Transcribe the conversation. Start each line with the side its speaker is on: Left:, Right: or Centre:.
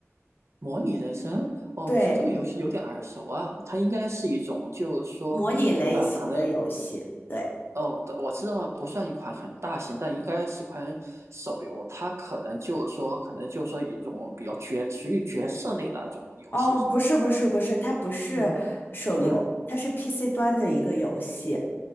Right: 模拟人生哦，
Left: 对，
Right: 你说这个游戏有点耳熟啊，它应该是一种，就是说，
Left: 模拟类型的游戏。
Right: 呃，可能
Left: 对。
Right: 哦，我知道不算一款很大型，但应该是款手游，它可能就是说，可能就是说一种比较角，属于角色类的那种游戏，
Left: 哦，
Right: 是吗？
Left: 不是不是不是，它不是手游，
Right: 嗯嗯，
Left: 它是 PC 端的一个游戏。